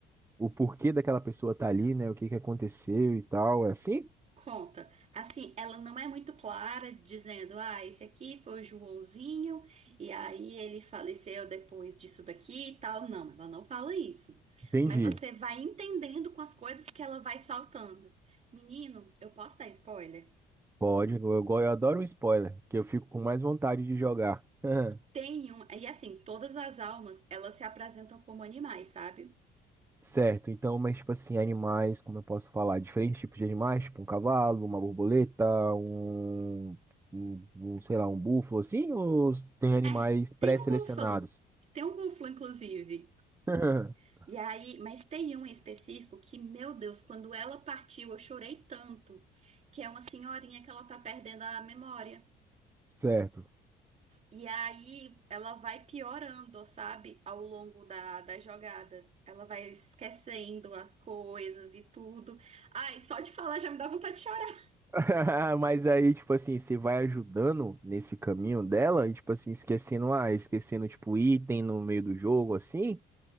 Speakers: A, on the right (about 15°); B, on the right (about 40°).
A: o porquê daquela pessoa tá ali, né? O que que aconteceu e tal. É assim?
B: conta. Assim, ela não é muito clara dizendo, ah, esse aqui foi o Joãozinho, e aí ele faleceu depois disso daqui e tal. Não, ela não fala isso.
A: Entendi.
B: Mas você vai entendendo com as coisas que ela vai soltando. Menino, eu posso dar spoiler?
A: Pode, eu, go- eu adoro um spoiler, que eu fico com mais vontade de jogar. <laughs>
B: Tem um, e assim, todas as almas, elas se apresentam como animais, sabe?
A: Certo, então, mas tipo assim, animais, como eu posso falar? Diferentes tipos de animais, tipo um cavalo, uma borboleta, um, um, um, sei lá, um búfalo, assim, ou tem animais
B: É,
A: pré-selecionados?
B: tem um búfalo. Tem um búfalo, inclusive.
A: <laughs>
B: E aí, mas tem um em específico que, meu Deus, quando ela partiu, eu chorei tanto, que é uma senhorinha que ela tá perdendo a memória.
A: Certo.
B: E aí, ela vai piorando, sabe? Ao longo da, das jogadas. Ela vai esquecendo as coisas e tudo. Ai, só de falar já me dá vontade de chorar.
A: <laughs> Mas aí, tipo assim, você vai ajudando nesse caminho dela e, tipo assim, esquecendo, ah, esquecendo, tipo, item no meio do jogo, assim?